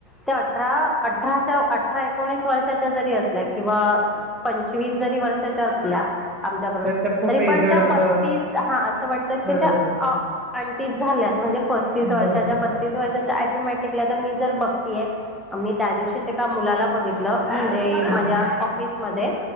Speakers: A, in the centre; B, on the right.
A: त्यां अठरा, अठराच्या अठरा एकोणीस वर्षाच्या जरी असल्या किंवा पंचवीस जरी वर्षाच्यां असल्या. त्यां बरोबर
B: तर ते खूप
A: तरी पणं
B: एजेड
A: त्यां
B: असं
A: बत्तीस हां असं वाटतं
B: बरोबर,
A: की त्यां आंणटीचं झाल्यातं म्हणजे पस्तीस वर्षाच्या
B: बरोबर.
A: बद वर्षा याॅटोमॅटिकली तरं मी जर बघतेय मी त्यां दिवशीच एका मुलाला बघितलं म्हणजे
B: हां,
A: माझ्या ऑफिस मध्ये